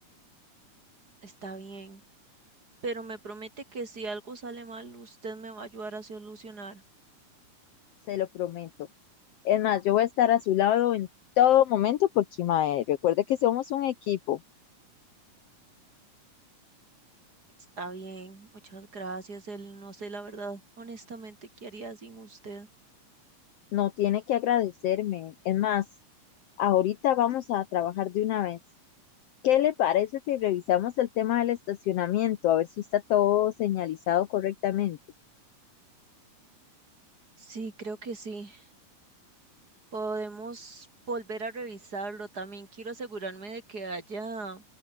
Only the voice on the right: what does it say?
Está bien, pero me promete que si algo sale mal, usted me va a ayudar a solucionar.
Está bien, muchas gracias. Él no sé la verdad, honestamente, qué haría sin usted.
Sí, creo que sí. Podemos volver a revisarlo. También quiero asegurarme de que haya